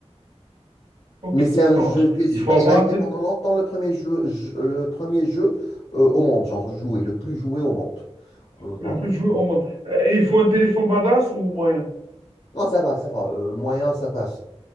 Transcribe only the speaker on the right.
ok,
ça
marche.
Il faut avoir
un
téléphone.
Le
plus joué
au monde. Euh, et il faut un téléphone badass ou moyen?